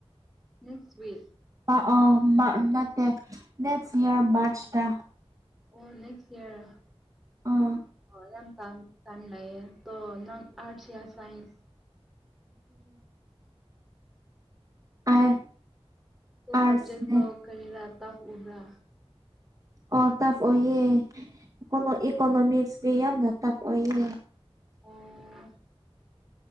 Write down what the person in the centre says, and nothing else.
ꯅꯤꯁꯋꯤꯛ
ꯑꯣ ꯅꯦꯛꯁ ꯏꯌꯔ
ꯍꯣ ꯌꯥꯝ ꯇꯪ ꯇꯟ ꯂꯩꯑꯦ ꯇꯣ ꯅꯪ ꯑꯥꯔꯠꯁ ꯌꯥ ꯁꯥꯏꯟꯁ
ꯗꯣ
ꯁꯕꯖꯦꯛ ꯇꯣ ꯀꯔꯤꯔ ꯇꯚ ꯎꯕꯔꯥ
ꯑꯣ